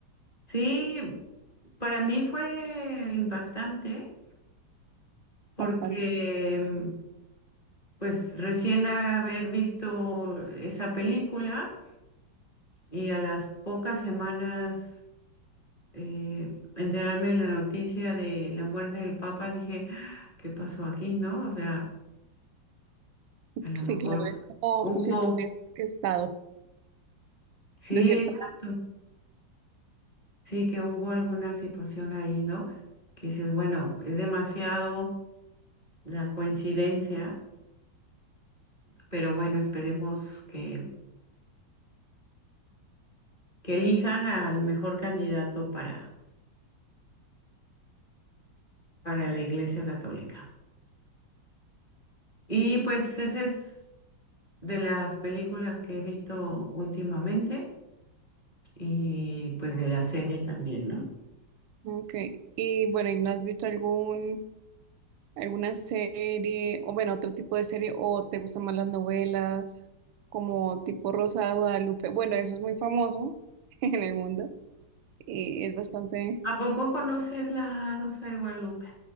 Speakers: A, on the left; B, on the right.
A: Sí, para mí fue impactante porque
B: bastante.
A: mm, pues recién haber visto esa película y a las pocas semanas eh, enterarme de la noticia de la muerte del Papa, dije, "Ah, ¿qué pasó aquí, no? O sea, a lo
B: Sí,
A: mejor
B: claro, es como
A: hubo,
B: si estuvieras estado,
A: sí,
B: de cierto.
A: exacto, sí que hubo alguna situación ahí, ¿no? Que dices, bueno, es demasiado la coincidencia pero bueno, esperemos que, que elijan al mejor candidato para, para la Iglesia Católica. Y pues esa es de las películas que he visto últimamente y pues de la serie también, ¿no?
B: modo. Ok, y bueno, ¿y no has visto algún, alguna serie, o bueno, otro tipo de serie, o te gustan más las novelas, como tipo Rosa de Guadalupe? Bueno, eso es muy famoso <laughs> en el mundo y es bastante,
A: ¿A poco conoces la Rosa de Guadalupe?